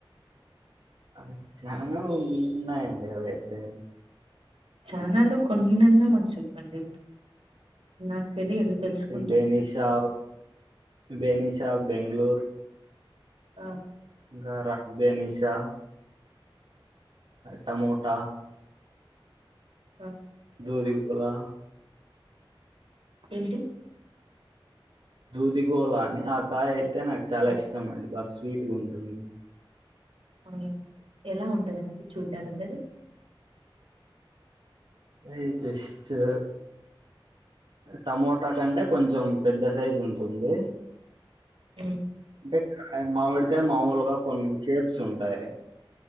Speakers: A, on the right; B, on the right.
A: అవైతే చానా ఉన్నాయండి అవైతే
B: చానాలో కొన్నిన్నా మాకు చెప్పండి నా తెలియదు తెలుసుకుంటాను
A: బేనిషా బేనిషా బెంగళూరు
B: ఆ
A: ఇంకా రాజ్బినిషా టమోటా
B: ఆ
A: దు దీపులా
B: ఏంటి
A: దూది గోళ అని ఆ కాయ అయితే నాకు చాలా
B: ఆ
A: ఇష్టం అండి బస్ స్వీట్ గా ఉంటుంది
B: అవునా ఎలా ఉంటదండి చూడ్డానికి అది
A: ఏ జెస్టు టమోటా కంటే కొంచెం పెద్ద సైజు ఉంటుంది ఉంది
B: ఉమ్
A: అంటే కాయీ మామిడికాయ మామూలుగా కొన్ని షేప్స్ ఉంటాయి